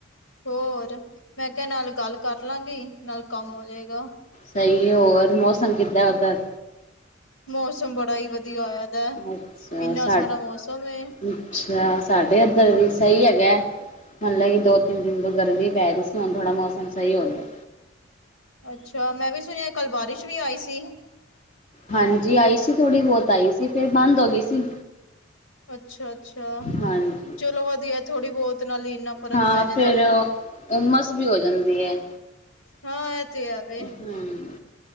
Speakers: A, on the left (about 90°); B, on the left (about 40°).
A: ਹੋਰ, ਮੈਂ ਕਿਆ ਨਾਲ ਗੱਲ ਕਰ ਲਾਂਗੀ, ਨਾਲ ਕੰਮ ਹੋਜੇਗਾ।
B: ਸਈ ਏ। ਹੋਰ ਮੌਸਮ ਕਿੱਦਾਂ ਓਧਰ?
A: ਮੌਸਮ ਬੜਾ ਈ ਵਧੀਆ ਹੋਇਆ ਦੈ,
B: ਅੱਛਾ
A: ਇੰਨਾ
B: ਸਾ
A: ਸੋਹਣਾ ਮੌਸਮ ਏ।
B: ਅੱਛਾ, ਸਾਡੇ ਏੱਧਰ ਵੀ ਸਈ ਹੈਗੈ। ਹਾਲੇ ਕਿ ਦੋ-ਤਿੰਨ ਦਿਨ ਤੋਂ ਗਰਮੀ ਪੈ ਰੀ ਸੀ, ਹੁਣ ਥੋੜਾ ਮੌਸਮ ਸਈ ਹੋ ਗਿਐ।
A: ਅੱਛਾ, ਮੈਂ ਵੀ ਸੁਣਿਐ ਕੱਲ ਬਾਰਿਸ਼ ਵੀ ਆਈ ਸੀ।
B: ਹਾਂਜੀ, ਆਈ ਸੀ ਥੋੜੀ ਬੋਤ ਆਈ ਸੀ ਫੇਰ ਬੰਦ ਹੋ ਗੀ ਸੀ।
A: ਅੱਛਾ-ਅੱਛਾ,
B: ਹਾਂਜੀ।
A: ਚਲੋ ਵਧੀਐ। ਥੋੜੀ ਬੋਤ ਨਾਲ ਇੰਨਾ ਫ਼ਰਕ
B: ਹਾਂ,
A: ਪੈ ਜਾਂਦਾ
B: ਫੇਰ
A: ਮੋਲ
B: ਓ ਉੱਮਸ ਵੀ ਹੋ ਜਾਂਦੀ ਏ।
A: ਹਾਂ, ਐ ਤੇ ਹੈ ਵੇ।
B: ਹਮ